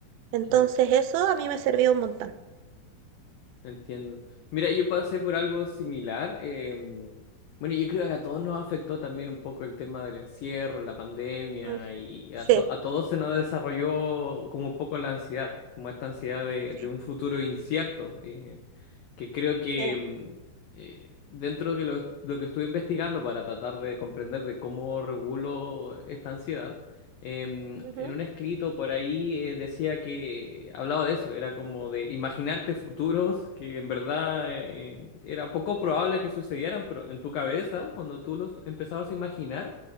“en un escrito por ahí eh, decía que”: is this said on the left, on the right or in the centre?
Left